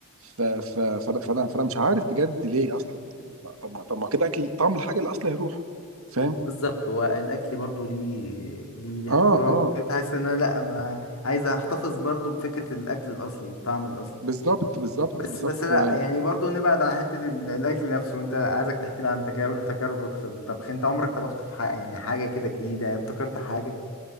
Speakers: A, on the right (about 65°); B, on the left (about 65°).
A: ف ف فانا فانا فانا مش عارف بجد ليه اصلا يعني ما- طب ما طب ما كده اكل طعم الحاجه اللي اصلا هيروح فاهم
B: بالظبط هو الاكل برضو ليه ليه ليه
A: اه
B: احترام
A: اه
B: وكده تحس ان انا لا انا عايز احتفظ برضو بفكره الاكل الاصلي الطعم الاصلي
A: بالظبط بالظبط
B: بس
A: بالظبط
B: بس لا
A: ده-
B: يعني برضو نبعد عن حتة ال- الأكل نفسه أنت عايزك تحكي لي عن تجار- تجاربك في الطبخ أنت عمرك طبخت في حاجة يعني حاجة كده جديدة ابتكرت حاجة